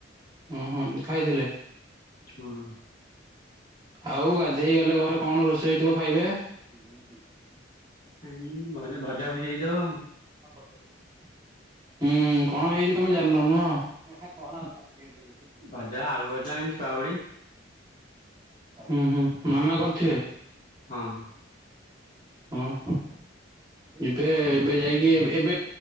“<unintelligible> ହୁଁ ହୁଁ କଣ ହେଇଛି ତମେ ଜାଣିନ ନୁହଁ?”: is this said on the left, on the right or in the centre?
Right